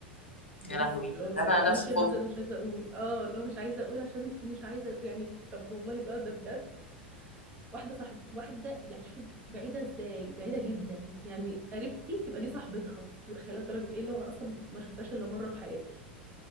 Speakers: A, on the right; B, on the left.
A: بس
B: يا لهوي
A: اللي هو
B: ده
A: ببقى
B: انا نفسي
A: ماشيه بمبدأ
B: خفت
A: انا مش عايزه اقول اه اللي هو مش عايزه اقول عشان مش عايزه يعني طب والله بقى ده بجد واحده صاحب واحده يعني شوفي بعيده ازاي بعيده جدا يعني قريبتي تبقى دي صاحبتها انت متخيله لدرجه ايه اللي هو انا اصلا ما شفتهاش الا مره في حياتي